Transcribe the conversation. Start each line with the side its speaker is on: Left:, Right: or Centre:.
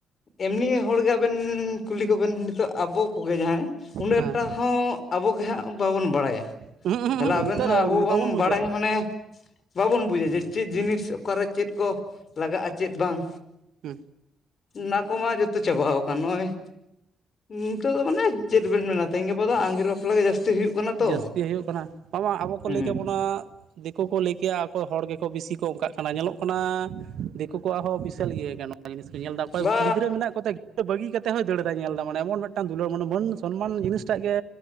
Left: ᱮᱢᱱᱤ ᱦᱚᱲ ᱜᱮ ᱟᱵᱮᱱ ᱠᱩᱞᱤ ᱠᱚᱵᱮᱱ ᱱᱤᱛᱳᱜ ᱟᱵᱚ ᱠᱚᱜᱮ ᱡᱟᱦᱟᱸᱭ ᱩᱱᱟᱹᱜ
Right: ᱦᱮᱸ
Left: ᱮᱠᱴᱟ ᱦᱚᱸ ᱟᱵᱚᱜᱮ ᱦᱟᱸᱜ ᱵᱟᱵᱚᱱ ᱵᱟᱲᱟᱭᱟ
Right: ᱦᱩᱸ ᱦᱩᱸ
Left: ᱛᱟᱦᱞᱮ
Right: ᱦᱩᱸ
Left: ᱟᱵᱮᱱ
Right: ᱱᱮᱛᱟᱨ
Left: ᱢᱟ ᱟᱵᱚ
Right: ᱵᱟᱵᱚᱱ
Left: ᱵᱟᱝ
Right: ᱵᱩᱡᱟ
Left: ᱵᱟᱲᱟᱭ ᱢᱟ ᱱᱮ ᱵᱟᱵᱚᱱ ᱵᱩᱡᱟ ᱡᱮ ᱪᱮᱫ ᱡᱤᱱᱤᱥ ᱚᱠᱟᱨᱮ ᱪᱮᱫ ᱠᱚ ᱞᱟᱜᱟᱜ-ᱟ ᱪᱮᱫ ᱵᱟᱝ
Right: ᱦᱮᱸ
Left: ᱚᱱᱟ ᱠᱚᱢᱟ ᱡᱚᱛᱚ ᱪᱟᱵᱟᱣ ᱟᱠᱟᱱ ᱱᱚᱜ-ᱚᱭ ᱱᱤᱛᱳᱜ ᱫᱚ ᱢᱟᱱᱮ ᱪᱮᱫ ᱵᱮᱱ ᱢᱮᱱᱟ ᱛᱮᱦᱮᱧ ᱜᱟᱯᱟ ᱫᱚ ᱟᱸᱜᱮᱨ ᱵᱟᱯᱞᱟ ᱜᱮ ᱡᱟᱹᱥᱛᱤ ᱦᱩᱭᱩᱜ ᱠᱟᱱᱟ
Right: ᱡᱟᱹᱥᱛᱤ
Left: ᱛᱚ
Right: ᱦᱩᱭᱩᱜ ᱠᱟᱱᱟ ᱵᱟᱝ ᱵᱟᱝ ᱟᱵᱚ ᱠᱚ
Left: ᱦᱩᱸ
Right: ᱞᱟᱹᱭ ᱠᱮᱜ ᱵᱚᱱᱟ ᱫᱤᱠᱩ ᱠᱚ ᱞᱟᱹᱭ ᱠᱮᱭᱟ ᱦᱚᱲ ᱜᱮᱠᱚ ᱵᱤᱥᱤ ᱠᱚ ᱚᱨᱠᱟᱜ ᱠᱟᱱᱟ ᱧᱮᱞᱚᱜ ᱠᱟᱱᱟ ᱫᱤᱠᱩ ᱠᱚᱣᱟᱜ ᱦᱚᱸ ᱵᱤᱥᱟᱞ ᱜᱤ ᱜᱟᱱᱚᱜ ᱡᱤᱱᱤᱥ ᱠᱚ ᱧᱮᱞ ᱮᱫᱟ ᱚᱠᱚᱭ
Left: ᱵᱟ
Right: ᱜᱤᱫᱽᱨᱟᱹ ᱢᱮᱱᱟᱹᱜ ᱠᱚᱛᱮ ᱜᱤᱫᱽᱨᱟᱹ ᱵᱟᱹᱜᱤ ᱠᱟᱛᱮ ᱛᱮ ᱦᱚᱭ ᱫᱟᱹᱲ ᱮᱫᱟᱭ ᱧᱮᱞ ᱫᱟ ᱢᱟᱱᱮ ᱮᱢᱚᱱ ᱢᱮᱜᱴᱟᱝ ᱫᱩᱞᱟᱹᱲ ᱢᱟᱱᱮᱹ ᱢᱟᱹᱱ ᱥᱚᱱᱢᱟᱱ ᱡᱤᱱᱤᱥᱹᱴᱟᱜ ᱜᱮ